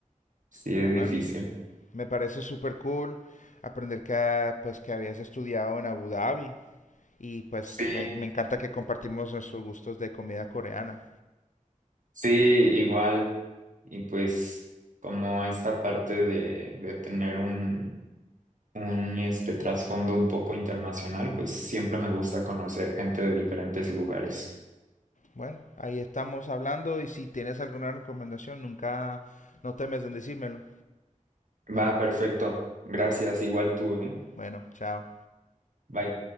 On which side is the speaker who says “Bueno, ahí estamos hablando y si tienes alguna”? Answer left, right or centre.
Left